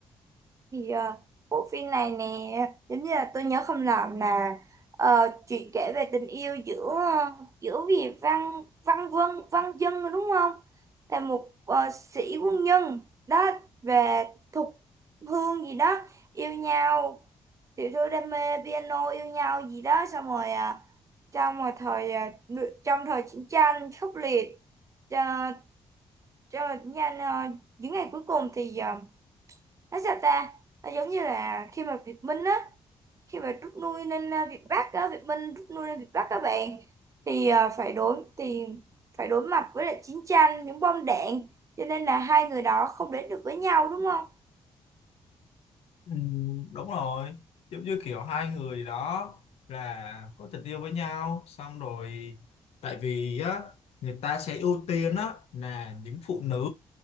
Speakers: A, on the right; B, on the left.
A: thì ờ, bộ phim này nè giống như là tôi nhớ không lầm là ờ, chuyện kể về tình yêu giữa ờ, giữa Vì Văn Văn Vân Văn Dân đúng không là một ờ, sĩ quân nhân đó về Thục Hương gì đó yêu nhau tiểu thư đam mê piano yêu nhau gì đó xong rồi ờ, trong một thời ờ, ngự- trong thời chiến tranh khốc liệt cho cho nhanh ờ, những ngày cuối cùng thì ờ, nói sao ta nó giống như là khi mà Việt Minh á khi mà rút lui lên à, Việt Bắc á Việt Minh rút lui lên Việt Bắc các bạn thì à, phải đối thì phải đối mặt với lại chiến tranh những bom đạn cho nên là hai người đó không đến được với nhau đúng không
B: Ừ, đúng rồi giống như kiểu hai người đó là có tình yêu với nhau xong rồi tại vì á người ta sẽ ưu tiên á là những phụ nữ